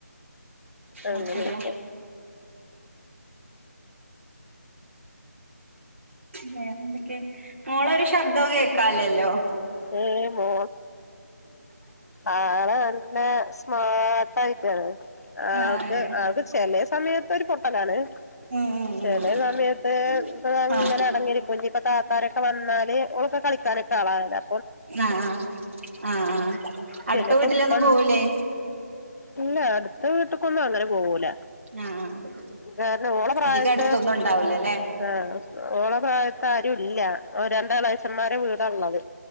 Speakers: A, on the left (about 70°); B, on the right (about 45°).
A: അങ്ങനെയൊക്കെ
B: അത് ശരിയാ വേറെന്തൊക്കെ മോളൊരു ശബ്ധോം കേൾക്കാലല്ലോ
A: മ് പോ ആള് നല്ല സ്മാട്ടായിറ്റാണ് ആൾക്ക്
B: ആഹ്
A: ആൾക്ക് ചെലേ സമയത്തൊരു പൊട്ടലാണ്
B: ഉം ഉം
A: ചെലേ സമയത്ത്
B: ഉം
A: ഇപ്പ അങ്ങനെ
B: ആഹ്
A: അടങ്ങിയിരിക്കും ഇഞ്ഞിപ്പ താത്താരൊക്കെ വന്നാല് ഓളൊക്കെ കളിക്കാനൊക്കെ ആളാ യല്ലോ
B: ആ ആ ആ ആ അടുത്ത
A: പിന്നെ ഇപ്പ
B: വീട്ടിലൊന്നും
A: ഇപ്പണ്ട്
B: പോവൂലേ
A: ഇല്ല അടുത്ത വീട്ട്ക്കൊന്നും അങ്ങനെ പോവൂല
B: ആഹ് ആഹ് അതെ
A: കാരണം ഓള പ്രായത്ത്
B: അധികം അടുത്തൊന്നും ഉണ്ടാവൂലല്ലേ
A: മ് <unintelligible> ഓള പ്രായ ത്താരൂല്ല ആ രണ്ടളെചെമ്മാരെ വീ പ്പള്ളത്‌